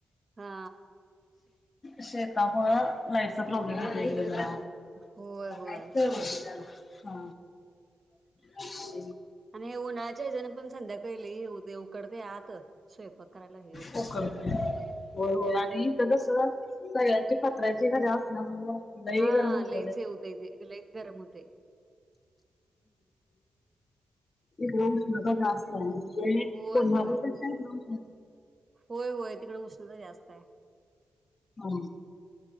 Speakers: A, on the right; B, on the left.
A: हा.
B: शेता प लाईटचा प्रॉब्लेम होेतला.
A: होय होय
B: काय हो. हा. ह
A: आणि हे उन्हाळच्या हजण पण संध्याकाळीले हेऊ ते उकडते आत स्वयंपाक करायला हे होते
B: हो कर हो हो आणि ईथ कस ब <unintelligible> पत्र्याची घर अस ना म्हलंही
A: हां,
B: गरम होत
A: लईच हे होतंय ते, लई गरम होतंय.
B: रो घर असत म्हणजे
A: होय,
B: कोल्हापूर
A: होय.
B: का ना
A: होय होय तिकडे उष्णता जास्त आहे
B: ह